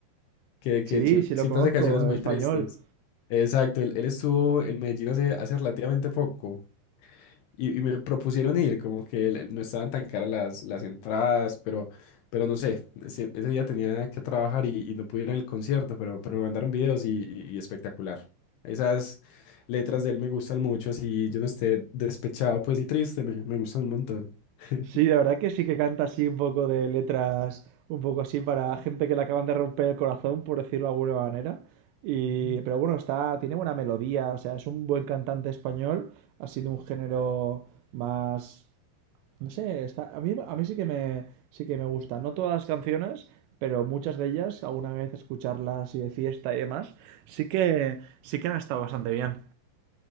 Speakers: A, on the left (about 75°); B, on the right (about 85°).
A: que,
B: Sí,
A: que su-
B: sí lo
A: siempre
B: conozco,
A: hace canciones muy
B: español.
A: tristes. Exacto, él, él estuvo en Medellín hace, hace relativamente poco. Y, y me propusieron ir, como que el- no estaban tan caras las, las entradas, pero, pero no sé, ese, ese día tenía que trabajar y, y no pude ir al concierto, pero, pero me mandaron videos y, y- y espectacular. Esas letras de él me gustan mucho, así yo no esté despechado pues y triste, me, me gustan un montón. <laughs>
B: Sí, la verdad que sí que canta así un poco de letras, un poco así para gente que le acaban de romper el corazón, por decirlo de alguna manera. Y,
A: Ujú.
B: pero bueno, está, tiene buena melodía, o sea, es un buen cantante español, ha sido un género más, no sé, está, a mí, a mí sí que me, sí que me gusta. No todas las canciones, pero muchas de ellas, alguna vez escucharlas y de fiesta y demás, sí que, sí que han estado bastante bien.